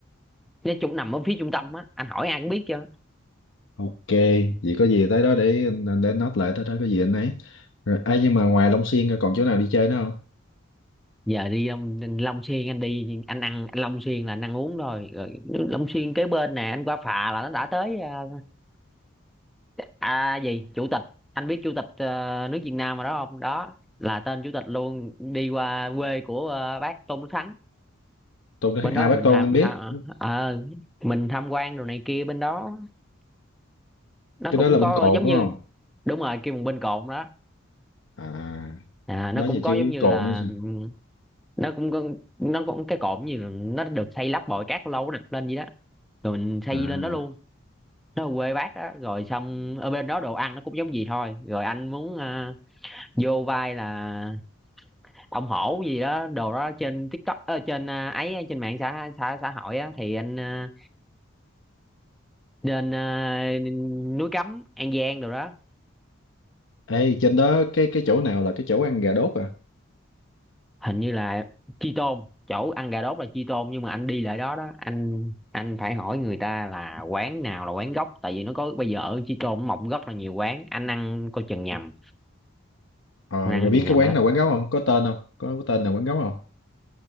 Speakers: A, in the centre; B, on the left.
A: nó chung nằm ở phía trung tâm á anh hỏi ai cũng biết chứ
B: Ok, vậy có gì tới đó để anh anh để note lại tới đó có gì anh ấy. Rồi, ấy nhưng mà ngoài Long Xuyên ra còn chỗ nào đi chơi nữa không?
A: giờ đi Long, Long Xuyên anh đi anh ăn anh Long Xuyên là anh ăn uống thôi rồi Long Xuyên kế bên nè anh qua phà là nó đã tới à, à gì chủ tịch anh biết chủ tịch ờ, nước Việt Nam mà đó không đó là tên chủ tịch luôn đi qua quê của ờ, bác Tôn Đức Thắng
B: Tôi
A: bên
B: nói
A: đó
B: à
A: thì
B: Bác
A: mình
B: Côn
A: tham,
B: anh biết,
A: tham ờ, mình tham quan đồ này kia bên đó nó
B: cái
A: cũng
B: đó là
A: có
B: bên Cồn
A: giống
B: đúng
A: như
B: không?
A: đúng rồi kêu một bên cồn đó
B: À,
A: à, nó
B: đó
A: cũng
B: giờ
A: có
B: chưa
A: giống
B: biết
A: như
B: Cồn
A: là
B: nữa. sao?
A: ừ, nó cũng con- nó cũng cái cột gì là nó được xây lắp bồi cát lâu nó đập lên vậy đó rồi mình xây
B: À,
A: lên đó luôn nó ở quê bác á rồi xong ở bên đó đồ ăn nó cũng giống gì thôi rồi anh muốn à, vô vai là ông hổ gì đó đồ đó trên TikTok ờ, trên à, ấy trên mạng xã xã xã hội á thì anh à, lên à, núi Cấm An Giang đồ đó
B: ê trên đó cái cái chỗ nào là cái chỗ ăn gà đốt à?
A: hình như là chi tôn chỗ ăn gà đốt là chi tôn nhưng mà anh đi lại đó đó anh anh phải hỏi người ta là quán nào là quán gốc tại vì nó có bây giờ ở chi tôn mọc rất là nhiều quán anh ăn coi chừng nhầm
B: Ờ,
A: anh ăn
B: rồi
A: coi
B: biết
A: chừng nhầm
B: cái quán
A: á
B: nào quán gấu không? Có tên không? Có, cái tên nào quán gấu không?